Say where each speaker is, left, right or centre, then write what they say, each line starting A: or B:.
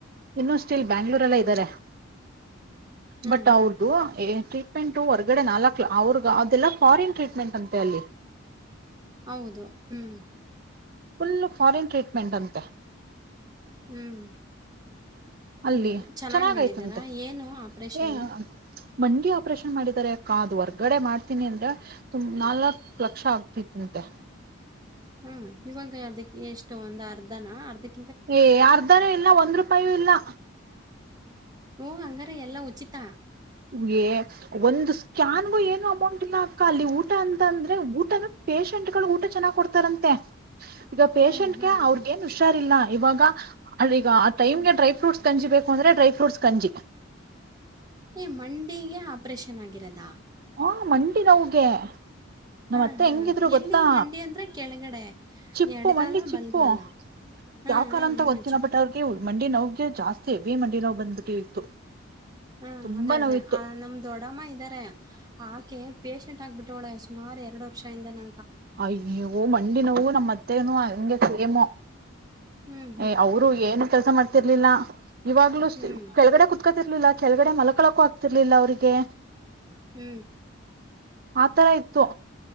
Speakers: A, on the right (about 45°); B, on the right (about 20°).
A: ಇನ್ನೂಷ್ಟ್ಟೇಲ್ ಬ್ಯಾಂಗ್ಳೂರಲೇ
B: ಹ್ಮ್.
A: ಇದ್ದಾರೆ
B: ಹ್ಮ್,
A: ಬಟ್
B: ಹ್ಮ್.
A: ಅವ್ರದು ಟ್ರೀಟ್ಮೆಂಟ್ ಹೊರ್ಗಡೆ ನಾಲ್ಕ ಅವ್ರ ಅದೆಲ್ಲ ಫಾರಿನ್ ಟ್ರೀಟ್ಮೆಂಟ್ ಅಂತೆ ಅಲ್ಲಿ
B: ಹೌದು ಹ್ಮ್
A: ಫುಲ್ ಫಾರಿನ್ ಟ್ರೀಟ್ಮೆಂಟ್ ಅಂತೆ
B: ಹ್ಮ್.
A: ಅಲ್ಲಿ
B: ಅದೇ ಅದೇ. ಚೆನ್ನಾಗ್
A: ಚೆನ್ನಾಗಯ್ತಂತೆ
B: ಮಾಡಿದ್ದಾರಾ? ಏನು ಆಪ್ರೇಷನ್ನು?
A: ಏನ್ ಮಂಡಿ ಆಪರೇಷನ್ ಮಾಡಿದ್ದಾರೆ ಅಕ್ಕಾ ಅದು ಹೊರ್ಗಡೆ ಮಾಡ್ತೀನಿ ಅಂದ್ರೆು ನಾಲ್ಕ ಲಕ್ಷ ಆಗ್ತಿತ್ ಅಂತೆ
B: ಹ್ಮ್ ಇವಾಗ ಅದಕ್ಕೆ ಎಷ್ಟು ಒಂದ್ ಅರ್ಧನ ಅರ್ಧಕ್
A: ಏ ಅರ್ಧನೂ ಇಲ್ಲಾ ಒಂದ್ ರೂಪಾಯ ಇಲ್ಲಾ.
B: ಓ ಹಂಗಾರ ಎಲ್ಲಾ ಉಚಿತಾ
A: ಹೇ ಒಂದು ಸ್ಕ್ಯಾನ್ ಗೂ ಏನು ಅಮೌಂಟ್ ಇಲ್ಲಾ ಅಲ್ಲಿ ಊಟ ಅಂತ ಅಂದ್ರೆ ಊಟನ ಪೇಶೆಂಟ್ ಗಳು ಊಟ ಚೆನ್ನಾಗ್ ಕೊಡ್ತಾರಂತೆ ಈಗ ಪೇಶಷೆಂಟ್
B: ಹ್ಮ್, ಹ್ಮ್,
A: ಗೆ ಅವ್ರಗ ಏನ್ ಹುಷಾರಿಲ್ಲ ಇವಾಗ ಈಗ ಆ ಟೈಮ್
B: ಹ್ಮ್.
A: ಗೆ ಡ್ರೈ ಫ್ರೂಟ್ಸ್, ಗಂಜಿ, ಬೇಕು ಅಂದ್ರೆ ಡ್ರೈ ಫ್ರೂಟ್ಸ್ ಕಂಜಿ
B: ಏ ಮಂಡಿಗೆ ಆಪರೇಷನ್ ಆಗಿರೋದಾ
A: ಹೂ ಮಂಡಿ ನೋವಗೆ ನಮ್ಮತ್ತೆ
B: ಹಾ, ಹಾ.
A: ಹೆಂಗಿದ್ರು ಗೊತ್ತಾ
B: ಎಲ್ಲಿ ಮಂಡಿ ಅಂದ್ರೆ ಕೆಳಗಡೆ
A: ಚಿಪ್ಪು
B: ಎಡಗಾಲ,
A: ಮಂಡಿ ಚಿಪ್ಪು
B: ಬಲಗಾಲ? ಹಾ,
A: ಯಾವ ಕಾಲ
B: ಹಾ,
A: ಅಂತ
B: ಹಾ.
A: ಗೊತ್ತಿಲಾ
B: ಚಿಪ್ಪು
A: ಬಟ್ ಅವ್ರಿಗೆ ಮಂಡಿ ನೋಗೆ ಜಾಸ್ತಿ ಹೆವಿ ಮಂಡಿ ನೋವು ಬಂದ್ಬಿಟ್ಟಿ ಇತ್ತು
B: ಹಾ
A: ತುಂಬಾ
B: ಅದೇ ಅದೇ
A: ನೋವಿತ್ತು
B: ಆ ನಮ್ ದೊಡ್ಡಮ್ಮ ಇದ್ದಾರೆ, ಆಕೆ ಪೇಶಷೆಂಟ್ ಆಗ್ಬಿಟ್ಟವಳೇ ಸುಮಾರು ಎರಡು ವರ್ಷಿಂದ ನ
A: ಅಯ್ಯವು ಮಂಡಿನವು ನಮ್ಮ್ ಅತ್ತೇನ ಹಂಗೆ ಸೇಮು
B: ಹೂ
A: ಏ ಅವ್ರು ಏನು ಕೆಲಸ ಮಾಡ್ತಿರ್ಲಿಲ್ಲ ಇವಾಗ್ಲೂ
B: ಹ್ಮ್
A: ಕೆಳಗಡೆ ಕುೂತ್ಕತಿರ್ಲಿಲ್ಲ ಕೆಳಗಡೆ ಮಲಕಳ ಕು ಆಗ್ತಿರ್ಲಿಲ್ಲ ಅವ್ರಿಗೆ
B: ಹೂ
A: ಆತರ ಇತ್ತು